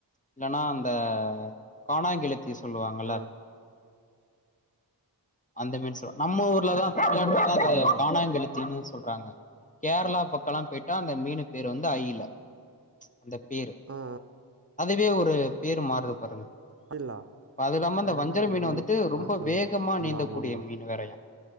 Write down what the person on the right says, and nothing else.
ஆ
ஆமா
ஆ
ஆ இல்ல
இல்ல
இல்ல
இன்னு
பாட்ல
தா இருக்கு ஆமா
ஆமா ஆமா